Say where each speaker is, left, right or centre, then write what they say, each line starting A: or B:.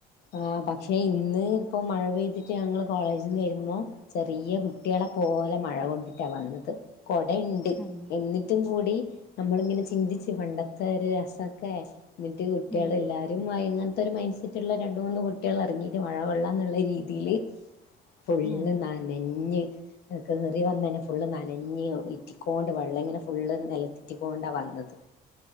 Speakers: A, on the left; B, in the centre.
A: ആ പക്ഷെ ഇന്ന് ഇപ്പം മഴ പെയ്തിട്ട് ഞങ്ങള് കോളേജീന്ന് വരുമ്പോ ചെറിയ കുട്ടികളെ പോലെ മഴ കൊണ്ടിട്ടാ വന്നത് കൊടയിണ്ട്
B: ഉം
A: എന്നിട്ടും കൂടി നമ്മളിങ്ങനെ ചിന്തിച്ച് പണ്ടത്തെ ഒരു രസൊക്കെ എന്നിട്ട് കുട്ടിളെല്ലാരും
B: ഉം
A: വയ <unintelligible> ഇങ്ങനെത്തെ ഒരു മൈൻഡ് സെറ്റ് ഉള്ള അന്ന് കുട്ട്യള് ഇറങ്ങിട്ട് മഴവെള്ളാന്നുള്ള രീതില് ഫുള്ള്
B: ഉം
A: നനഞ്ഞ് കേറി വന്നന്നെ ഫുള്ള് നനഞ്ഞ് ഇറ്റിക്കൊണ്ട് വെള്ളം ഇങ്ങനെ ഫുള്ള് നിലത്തിറ്റിക്കൊണ്ടാ വന്നത്